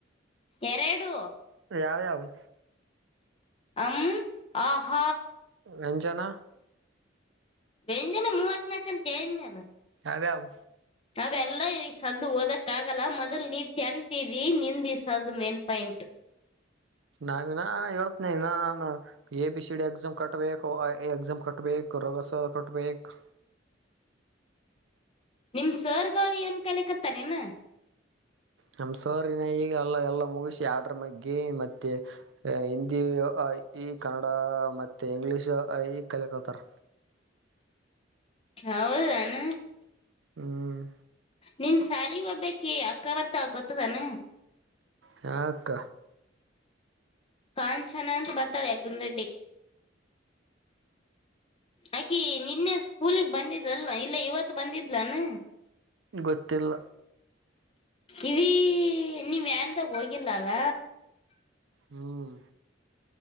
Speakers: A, on the left; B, on the right.
A: ಎರಡು
B: ಯಾವವು
A: ಹಂ ಆಹಾ
B: ನನ್ ಜನ
A: ವ್ಯಂಜನ ಮೂವತ್ನಾಕ ಅಂತ ಕಲ್ಲ
B: ಯದೇ ಅವು
A: ಅವೆಲ್ಲ ಈ ಸದ್ದು ಓದಕ್ಕ ಆಗಲ್ಲ ಮೊದ್ಲ್ ನೀ ತೆಂತಿದಿ ನಿಂದಿ ಸದ್ದು ಮೆನ್ಪಾಯಂಟ್
B: ಹ ನಾನಿನ ಹೇಳ್ತನ ಇ ನಾನ A B C D exam ಕಟ್ಬೇಕು ಎ ಎಕ್ಸಾಮ್ ಕಟ್ಬೇಕು ಬಸ ಕೊಟ್ಬೇಕು
A: ನಿಮ ಸರ್ಗಳು ಏನ್ ಕಲೆ ಕತ್ತಾರ ಏನ
B: ನಮ್ ಸೋರಿನಾ ಈಗ ಎಲ್ಲ ಎಲ್ಲ ಮೂವೀಸ್ ಆರ್ಡ್ರ ಮಗೆ ಮತ್ತೆ ಹಿಂದಿ ಈ ಕನ್ನಡ ಮತ್ತೆ ಇಂಗ್ಲಿಷ್ ಈ ಕಲ ಕಲತಾರ
A: ಹೌದಾನ
B: ಹ್ಮ್
A: ನಿನ್ ಸಾಲಿ ಒಬ್ಬೇಕಿ ಅಕ್ಕ ಬರ್ತಾಳ ಗೊತ್ತದಾನ
B: ಹಕ್ಕ
A: ಕಾಣ ಚನ ಅಂತ ಬರ್ತಾಳೆ ಯಗ್ಗಂದ ರೆಡ್ಡಿ ಆಕಿ ನಿನ್ನೆ ಸ್ಕೂಲಗ್ ಬಂದಿದ್ಲ್ವಾ ಇಲ್ಲ ಇವತ್ತು ಬಂದಿದ್ಲಾನ
B: ಗೊತ್ತಿಲ್ಲ
A: ಇವೀ ನೀವ್ ವ್ಯಾನ್ದಾಗ ಹೋಗಿಲ್ಲ ಅಲ್ಲ
B: ಹ್ಮ್